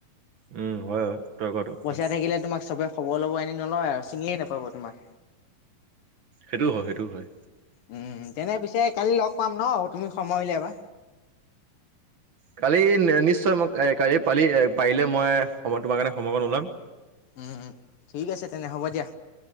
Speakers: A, on the right (about 55°); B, on the left (about 75°).
A: উম হয় হয় তই কোৱাটো
B: পইচা
A: হয়
B: থাকিলে তোমাক চবে খবৰ ল'ব এনে নলয় আৰু চিনিয়ে নাপাব তোমাক।
A: সেইটো হয় সেইটো হয়।
B: উম তেনে পিছে কালি লগ পাম ন তুমি সময় উলিয়াবা।
A: কালি নিশ্চয় মই কালি পালি এ পাৰিলে মই সময় তোমাৰ কাৰণে সময় কণ ওলিয়াম।
B: উম, ঠিক আছে তেনে হ'ব দিয়া।